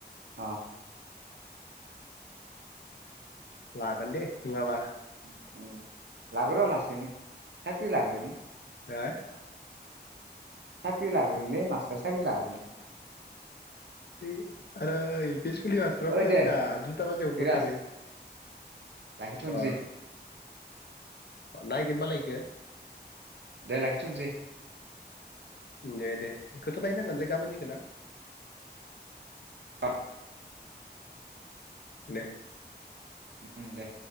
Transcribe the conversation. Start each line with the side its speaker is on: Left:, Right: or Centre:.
Right: औ
Left: लागोन दे नङाबा
Right: उम लागोर' लासैनो साख्रि लाग्रोनि
Left: हा
Right: साख्रि लाग्रोनिलै मास्टार साख्रि लाग्रोनि
Left: है आरो एल पि स्कुलनि मास्टारा मोजां
Right: ओइ दे
Left: ब्रा दुथा बाजियावनो
Right: बिराज
Left: गथारो
Right: लाखिथ'नोसै
Left: अ अ नायगोनबालाय ग <unintelligible>
Right: दे लाखिथ'नोसै
Left: दे दे बेखौथ' बायनांगोनलै गाबोननि खोना
Right: अ
Left: दे
Right: उम दे